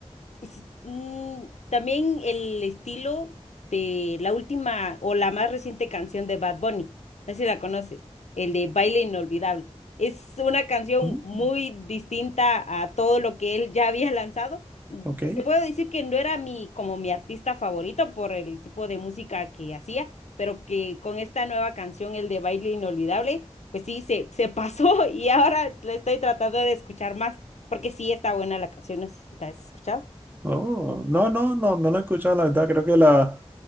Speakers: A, on the left; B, on the right.
A: Y si- mm, también el estilo de la última o la más reciente canción de Bad Bunny, no sé si la conoces, el de Baile Inolvidable. Es una canción
B: mm,
A: muy distinta a todo lo que él ya había lanzado. Mm,
B: ok.
A: Te puedo decir que no era mi, como mi artista favorito por el tipo de música que hacía, pero que con esta nueva canción, el de Baile Inolvidable, pues sí, se, se pasó <laughs> y ahora la estoy tratando de escuchar más, porque sí está buena la canción, no sé si la has escuchado.
B: Oh, no, no, no, no la he escuchado, la verdad. Creo que la,